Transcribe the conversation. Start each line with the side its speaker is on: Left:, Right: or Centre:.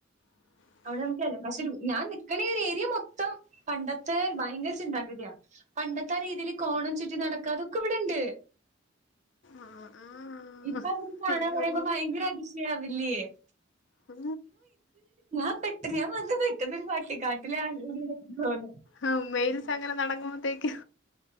Left: <unintelligible>
Right: അവിടെ നമുക്കല്ലേ പക്ഷെ ഞാൻ നിക്കണ ഒരു ഏരിയ മൊത്തം പണ്ടത്തെ ഭയങ്കര ചിന്താഗതിയ പണ്ടത്തെ ആ രീതിയിൽ കോണം ചുറ്റി നടക്കാ അതൊക്കെ ഇവിടെണ്ട്
Left: ആഹ് ആഹ്
Right: ഇപ്പതൊക്കെ കാണാന്ന്
Left: അയ്യോ
Right: പറയുമ്പോ ഭയങ്കര അതിശയാവില്ല്യേ
Left: ഉ
Right: ഞാൻ പെട്ട് ഞാൻ വന്ന് പെട്ടെതൊരു പട്ടിക്കാട്ടിലാണെന്ന് തോന്നും
Left: ആ മെയിൽസ് അങ്ങനെ നടങ്ങുമ്പോത്തേക്ക്